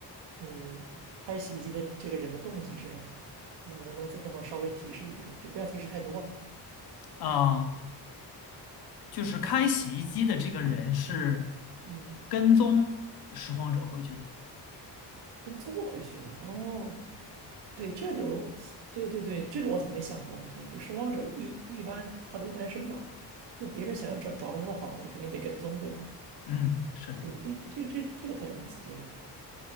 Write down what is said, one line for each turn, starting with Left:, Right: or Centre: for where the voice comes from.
Right: 嗯，开洗衣机的这个人的动机是什么？能不能不能再这么稍微提示一点，就不要提示太多啊。
Left: 啊，就是开洗衣机的这个人是
Right: 嗯，
Left: 跟踪拾荒者回去的。
Right: 跟踪回去的哦，对，这就对对对，这个我怎么没想到呢？对，就拾荒者一一般他都是单身吧？那别人想要找找到他的房子，肯定得跟踪，对吧？
Left: 嗯，是的，
Right: 对，这这这这个很有意思，对，